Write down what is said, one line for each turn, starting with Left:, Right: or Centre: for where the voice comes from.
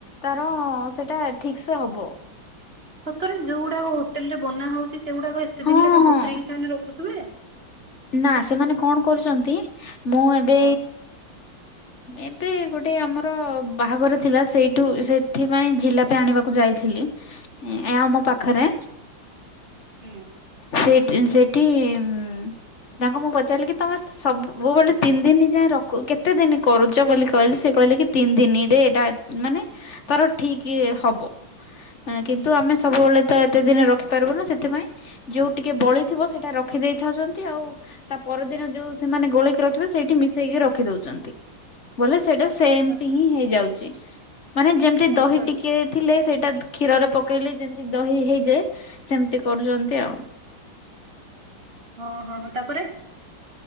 Left: ତାର ସେଟା ଠିକ ସେ ହବ।
Right: ସତରେ ଯୋଉଗୁଡାକ ହୋଟେଲ ରେ ବନା ହଉଛି, ସେଗୁଡାକ ଏତେ
Left: ହଁ
Right: ଦିନି ଲେଖାଏଁ
Left: ହଁ
Right: ବତୁରେଇକି ସେମାନେ ରଖୁଥିବେ?
Left: ନା, ସେମାନେ କଣ କରୁଚନ୍ତି ମୁଁ ଏବେ
Right: ହଁ
Left: ଏବେ ଗୋଟେ ଆମର ବାହାଘର ଥିଲା ସେଇଠୁ ସେଥିପାଇଁ ଜିଲାପି ଆଣିବାକୁ ଯାଇଥିଲି। ହେଁ ଏ ଆମ ପାଖରେ।
Right: ହୁଁ।
Left: ସେଇଟି ଉଁ ସେଇଠି ଉଁ ତାଙ୍କୁ ମୁଁ ପଚାରିଲି କି ତମ ସବୁ ବେଳେ ତିନି ଦିନି ଯାଏ ରଖୁ କେତେ ଦିନି କରୁଚ ବୋଲି କହିଲି ସେ କହିଲେ କି ତିନି ଦିନିରେ ଏଇଟା ମାନେ ତାର ଠିକ୍ ହବ। ଏଁ କିନ୍ତୁ ଆମେ ସବୁବେଳେ ତ ଏତେ ଦିନି ରଖିପାରିବୁନୁ ସେଥିପାଇଁ ଯୋଉ ଟିକେ ବଳିଥିବ ସେଇଟା ରଖିଦେଇ ଥାଉଚନ୍ତି ଆଉ ତା ପରଦିନ ଯୋଉ ସେମାନେ ଗୋଳେଇକି ରଖିବେ ସେଇଠି ମିଶେଇକି ରଖିଦଉଚନ୍ତି। ବୋଲେ ସେଇଟା
Right: ଆଚ୍ଛା
Left: ସେମତି
Right: ଆଚ୍ଛା
Left: ହିଁ ହେଇଯାଉଚି ମାନେ ଯେମତି
Right: ଆଚ୍ଛା
Left: ଦହି ଟିକିଏ ଥିଲେ ସେଇଟା କ୍ଷୀରରେ ପକେଇଲେ ଯେମତି ଦହି ହେଇଯାଏ ସେମତି କରୁଚନ୍ତି ଆଉ।
Right: ହଁ ହଁ ହଁ ତାପରେ?